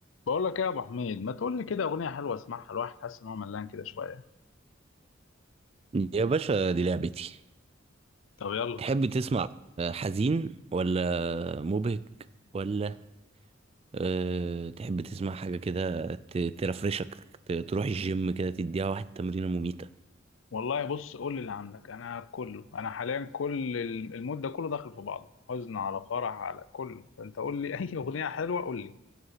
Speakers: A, on the left; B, on the right.
A: بقول لك ايه يا ابو حميد ما تقول لي كده اغنيه حلوه اسمعها الواحد حاسس ان هو ملان كده شويه
B: يا باشا دي لعبتي
A: طب يلا
B: تحب تسمع حزين ولا مبهج ولا أه تحب تسمع حاجة كده ت- ترفرشك ت- تروح الجيم كده تديها واحد تمرينة مميتة
A: والله بص قول لي اللي عندك انا كله انا حاليا كل ال- المود ده كله داخل في بعضه حزن على فرح على كله فانت قول لي <laughs> اي اغنيه حلوه قول لي